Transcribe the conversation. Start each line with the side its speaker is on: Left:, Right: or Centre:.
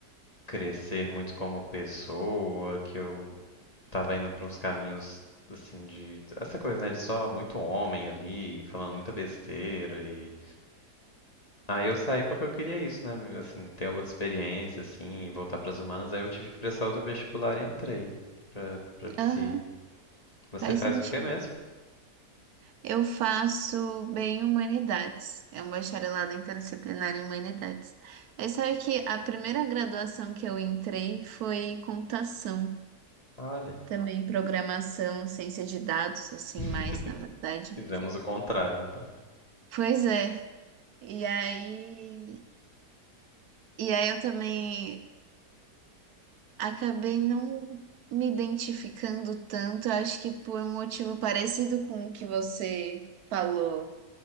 Left: crescer muito como pessoa, que eu tava indo pra uns caminhos assim de essa coisa, né, de só muito homem ali, falando muita besteira e aí eu saí porque eu queria isso, né, meu, assim, ter outra experiência assim, e voltar pras humanas, aí eu tive que prestar outro vestibular e entrei pra para psi.
Right: Aham,
Left: Você
Right: faz
Left: faz
Right: sentido.
Left: o quê mesmo?
Right: Eu faço bem humanidades. É um bacharelado interdisciplinar em humanidades. É sabe que a primeira graduação que eu entrei foi computação.
Left: Olha,
Right: Também programação, ciência de dados, assim,
Left: <laughs>
Right: mais, na verdade.
Left: fizemos o contrário, então.
Right: Pois é. E aí, e aí eu também acabei não me identificando tanto, acho que por um motivo parecido com o que você falou,